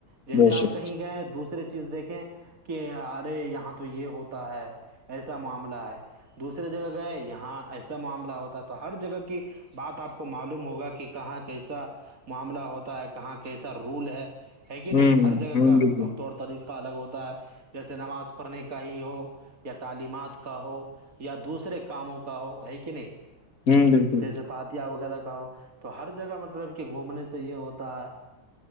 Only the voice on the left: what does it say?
بے
شک
ہ
ہ
بالکل
ہ بالکل